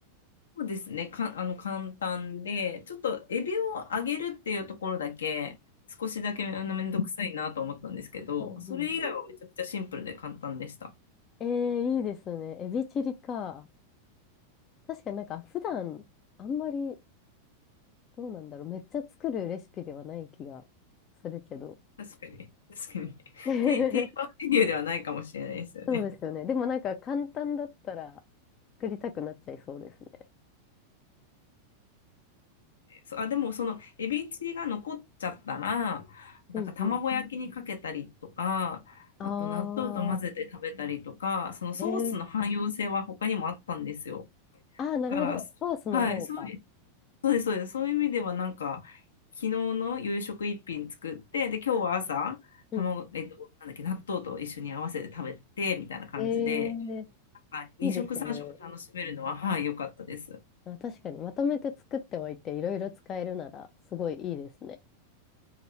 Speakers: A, on the left (about 65°); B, on the left (about 30°).
A: そうですね。か、あの、簡単で、ちょっとエビを揚げるっていうところだけ、少しだけめめんどくさいなと思ったんですけど、
B: うんう
A: それ以外はめちゃくちゃシンプルで簡単でした。
B: ん。えー、いいですね。エビチリか。確かになんか、普段、あんまり、どうなんだろう。めっちゃ作るレシピではない気がするけど。
A: 確かに。確かに。
B: <laughs>
A: 定、定番メニューではないかもしれないですよね。
B: そうですよね。でもなんか簡単だったら作りたくなっちゃいそうですね。
A: そう、あ、でもそのエビチリが残っちゃったら、
B: うんうん。
A: なんか卵焼きにかけたりとか、
B: あ
A: あと納豆と混ぜて食べたりとか、
B: あ、
A: そのソースの汎用性は他にもあったんですよ。
B: えー、ああ、なるほど。
A: だから、
B: ソースの方か。
A: はい、そうそういう意味ではなんか昨日の夕食一品作ってで今日は朝卵、
B: うん。
A: えっと、なんだっけ納豆と一緒に合わせて食べてみたいな感じで
B: えー、
A: なんか2食3食楽しめるのははい良かったです。
B: いいですね。あ、確かに、まとめて作っておいて、いろいろ使えるなら、すごいいいですね。